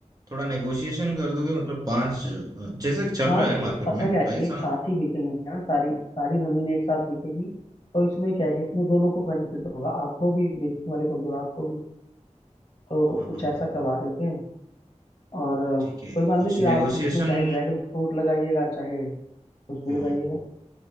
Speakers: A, on the right; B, on the left.
A: थोड़ा नेगोशिएशन कर दोगे मतलब पांच अ, जैसे चल
B: हाँ
A: रहा है
B: तो
A: मार्केट
B: पता
A: में
B: क्या
A: प्राइस
B: है, एक
A: हाँ
B: साथ ही बिकेंगे ना सारी सारी जमीन एक साथ बिकेगी तो इसमें क्या है कि इसमें दोनों को बेनिफिट होगा आपको भी बेचने वाले को भी और आपको भी तो
A: हाँ
B: कुछ
A: हाँ
B: ऐसा
A: तो
B: करवा देते हैं और
A: ठीक है
B: कोई बात
A: कुछ
B: नहीं फिर आप
A: नेगोशिएशन
B: उसमें चाहे ड्रैगन फ्रूट लगाइएगा चाहे कुछ भी
A: हाँ
B: लगाइएगा